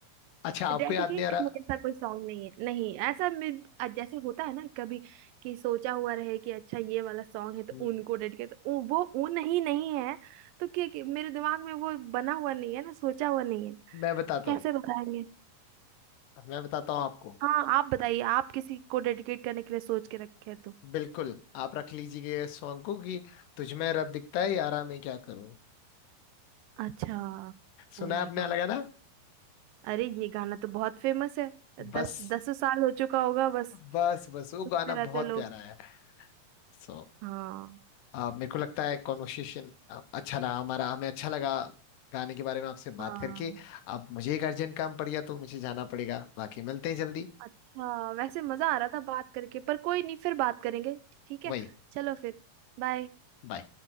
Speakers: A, on the left; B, on the right.
A: <laughs> अच्छा आपको
B: डेडिकेट
A: याद नहीं आ
B: करने
A: रहा
B: जैसा कोई सॉन्ग नहीं है नहीं ऐसा मे- अ, जैसे होता है ना कभी कि सोचा हुआ रहे कि अच्छा ये वाला सॉन्ग है तो
A: म-
B: उनको डेडिकेट तो उ- वो उन ही नहीं है तो क्या क्या- मेरे दिमाग में वो बना हुआ नहीं है ना सोचा हुआ नहीं है
A: मैं बताता
B: कैसे
A: हूँ
B: बताएंगे
A: मैं बताता हूँ आपको
B: हाँ आप बताइए आप किसी को डेडिकेट करने के लिए सोच के रखे हैं तो
A: बिल्कुल आप रख लीजिएगा इस सॉन्ग को कि तुझ में रब दिखता है यारा मैं क्या करूँ
B: अच्छा ओ
A: सुना
B: माय
A: है आपने
B: गॉड
A: अलग ना
B: अरे ये गाना तो बहुत फेमस है दस
A: बस
B: दस साल हो चुका होगा बस
A: बस बस वो
B: में
A: गाना
B: रहते
A: बहुत
B: लोग
A: प्यारा है सो
B: हाँ
A: आ, मेरे को लगता है कॉन्वर्सेशन अच्छा रहा हमारा हमें अच्छा लगा गाने के बारे में आपसे
B: हाँ
A: बात करके अब मुझे एक अर्जेंट काम पड़ गया तो मुझे जाना पड़ेगा बाकी मिलते हैं जल्दी
B: अच्छा वैसे मजा आ रहा था बात करके पर कोई नहीं फिर बात करेंगे ठीक है
A: वही
B: चलो फिर बाय
A: बाय